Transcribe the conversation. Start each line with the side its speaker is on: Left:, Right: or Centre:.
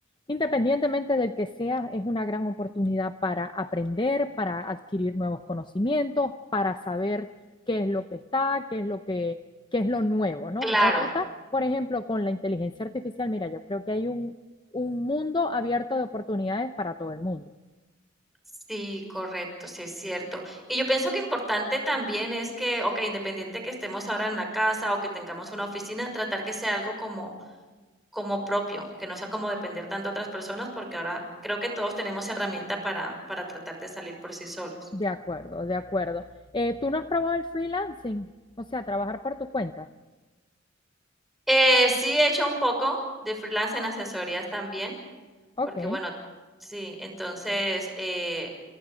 Left: independientemente del que sea, es una gran oportunidad para aprender, para adquirir nuevos conocimientos, para saber qué es lo que está, qué es lo que, qué es lo nuevo, ¿no?
Centre: Claro.
Left: Ahorita, por ejemplo, con la inteligencia artificial, mira, yo creo que hay un, un mundo abierto de oportunidades para todo el mundo.
Centre: Sí, correcto, sí es cierto. Y yo pienso que importante también es que, ok, independiente que estemos ahora en la casa o que tengamos una oficina, tratar que sea algo como, como propio, que no sea como depender tanto de otras personas, porque ahora creo que todos tenemos herramienta para, para tratar de salir por sí solos.
Left: De acuerdo, de acuerdo. Eh, ¿tú no has probado el freelancing? O sea, trabajar por tu cuenta.
Centre: Eh, sí, he hecho un poco de freelance en asesorías también,
Left: Ok,
Centre: porque bueno, sí, entonces, eh,